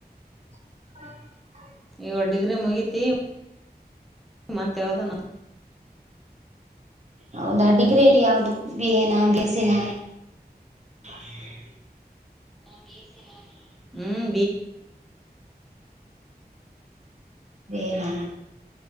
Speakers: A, on the right; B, in the centre.
A: ಹ <inaudible>
B: ಇವಾಗ್ ಡಿಗ್ರಿ ಮುಗಿತಿ ಈ ಮಂತ್ ಹೇಳ್ದನ.
A: ಹೌದಾ ಡಿಗ್ರಿಯಲ್ಲಿ ಯಾವ್ದದು ಬಿ ಎ ನಾ ಬಿ ಎಸ್ ಎ ನಾ. <inaudible>
B: ಬಿ ಎಸ್ ನಾ. ಹ್ಮ್
A: ಏನಾ.